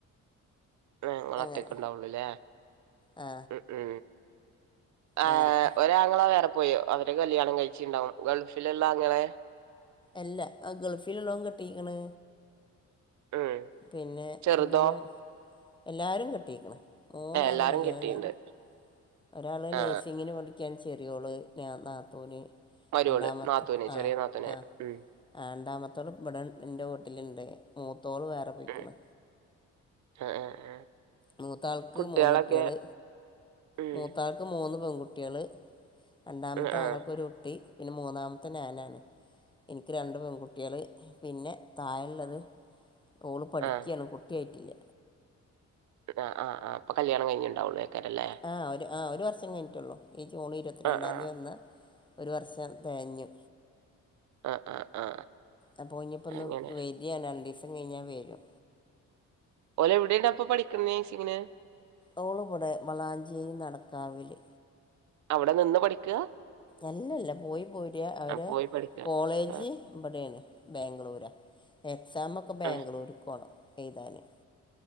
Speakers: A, on the right; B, on the left.
A: ആ ങ്ങ ള്
B: അങ്ങനെ
A: ഒറ്റക്കെ ഉണ്ടാവുള്ളൂല്ലേ
B: ആ
A: ഉ ഉ ആ
B: അങ്ങനെ
A: ഒരാങ്ങളാ വേറെ പോയോ അവരുടെ കല്യാണം കഴിച്ചിട്ടുണ്ടാവും ഗൾഫിലുള്ള ആങ്ങളെ
B: അല്ല ആ ഗൾഫിലുള്ളവൻ കെട്ടിക്കണ്
A: ഉം
B: പിന്നെ
A: ചെറുതോ
B: ഇബനും എല്ലാരും കെട്ടിരിക്കണ് മൂന്നാളും
A: ഏ എല്ലാരും
B: കല്യാണം
A: കെട്ടിയിണ്ട്
B: കഴിഞ്ഞു ഒരാള്
A: ആ
B: നഴ്സിങ്ങിന് പഠിക്കാൻ ചെറിയോള് നാത്തൂന്
A: മരുമോള്
B: രണ്ടാമത്ത
A: നാത്തൂന്
B: ആഹ്
A: ചെറിയ നാത്തൂന്
B: ആഹ്
A: ഉം
B: ആരണ്ടാമത്തോള്ഇവിട എന്റെ വീട്ടിലുണ്ട് മൂത്തോള് വേറെ പൊയിക്കണ്
A: ഉം ആ ആ ആ
B: മൂത്താൾക്ക്
A: കുട്ടികളൊക്കെ
B: മൂന്ന്കുട്ടികള്
A: ഉം
B: മൂത്താൾക്ക് മൂന്ന് പെൺകുട്ടികള് രണ്ടാമത്തെ
A: ആ ആ
B: ആങ്ങൾക്ക്ഒരു കുട്ടി പിന്നെ മൂന്നാമത്തെ ഞാനാണ് എനിക്ക് രണ്ട് പെൺകുട്ടികള് പിന്നെ താഴെ ഉള്ളത് ഓള് പഠിക്കയാണ്
A: ആ
B: കുട്ടിയായിട്ടില്ല
A: ആ ആ ആഇപ്പെ കല്യാണം കഴിഞ്ഞുണ്ടാവുള്ളൂ ആർക്കാരല്ലെ
B: ആ ഒരു ആ ഒരു വർഷം കഴിഞ്ഞിട്ടുള്ളൂ ഈ ജൂൺ ഇരുപത്തി രണ്ടാം
A: ആ ആ
B: തീയതി വന്ന് ഒരു വർഷം തേഞ്ഞു
A: ആ ആ ആ
B: അപ്പൊഞ്ഞപ്പോ
A: അങ്ങനെ
B: വരും <unintelligible> രണ്ടിസം കഴിഞ്ഞാ വരും
A: ഓലെ എവിടെപ്പ പഠിക്കുന്നേ നേഴ്സിംഗിന്
B: ഓള് ഇവിടെമ ളാഞ്ചേരി നടക്കാവില്
A: അവ്ടെ നിന്ന് പഠിക്കാ
B: അല്ലല്ല പോയി പോരൃ അവരെ
A: പോയി പഠിക്കുക
B: കോളേജ്
A: ആ
B: ഇബടേണ് ബേഗ്ലൂരാ എക്സാമൊക്കെ ബേഗ്ലൂർക്കോണം
A: ആ
B: എഴ്താന്